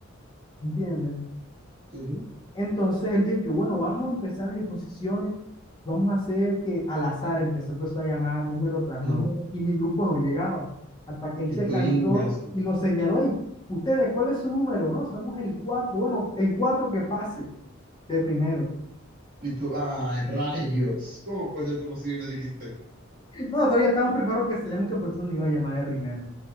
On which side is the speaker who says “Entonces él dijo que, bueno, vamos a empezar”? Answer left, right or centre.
Left